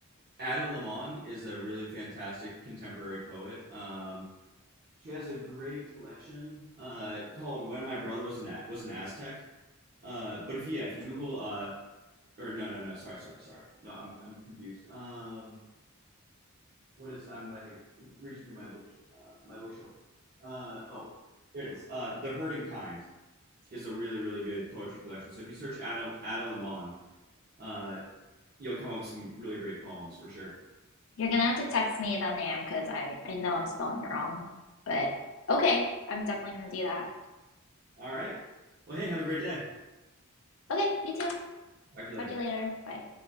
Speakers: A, on the right; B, on the left.
A: Ada Limon is a really fantastic contemporary poet. Um, she has a great collection uh, called "When My Brother Was an a- Was an Aztec." Uh, but if yeah, if you Google uh, or no, no, no. Sorry, sorry, sorry. No, I'm I'm confused. Um, what is? I'm like reaching through my book uh, my bookshelf. Uh, oh, there it is. Uh, the Herding Kind is a really really good poetry collection. So if you search Ado Ado Lemon, uh, you'll come up with some really great poems for sure.
B: You're gonna have to text me the name because I I know I'm spelling it wrong. But okay, I'm definitely gonna do that.
A: All right. Well, hey, have a great day.
B: Okay, you too.
A: Talk to you
B: Talk
A: later.
B: to you later. Bye.